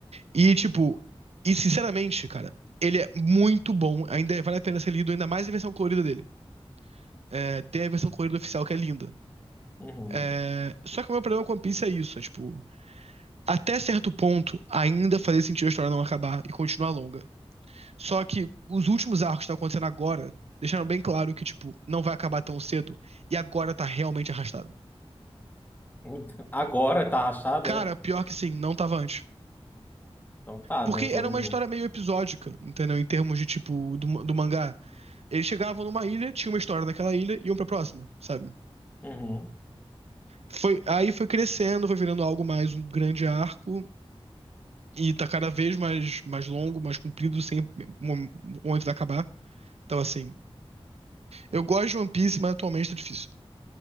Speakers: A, on the right; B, on the left.
A: E, tipo, e sinceramente, cara, ele é muito bom. Ainda vale a pena ser lido, ainda mais a versão colorida dele. É, tem a versão colorida oficial que é linda.
B: uhum.
A: É, só que o meu problema com One Piece é isso, é tipo, até certo ponto, ainda fazia sentido a história não acabar e continuar longa. Só que os últimos arcos que estão acontecendo agora deixaram bem claro que, tipo, não vai acabar tão cedo e agora tá realmente arrastado.
B: Então, Agora tá rachado,
A: Cara,
B: é?
A: pior que sim, não tava antes.
B: Então tá,
A: Porque
B: né? Todo
A: era uma
B: mundo.
A: história meio episódica, entendeu? Em termos de, tipo, do, do mangá. Eles chegavam numa ilha, tinha uma história naquela ilha e iam pra próxima, sabe?
B: Uhum.
A: Foi, aí foi crescendo, foi virando algo mais um grande arco e tá cada vez mais, mais longo, mais comprido, sem mo- momento de acabar. Então, assim, Eu gosto de One Piece, mas atualmente tá difícil.